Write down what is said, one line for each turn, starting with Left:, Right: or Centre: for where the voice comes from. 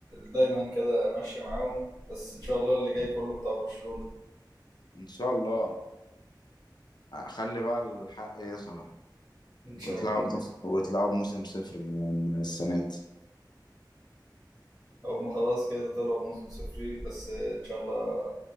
Right: دايما كده ماشيه معاهم بس ان شاء الله اللي جاي كله بتاع برشلونه
Left: ان شاء الله خلي بقى الحق يظهر
Right: ان شاء
Left: ويطلعوا
Right: الله
Left: بموسم ويطلعوا بموسم صفري من السنة دي
Right: هم خلاص كده طلعوا بموسم صفري بس ان شاء الله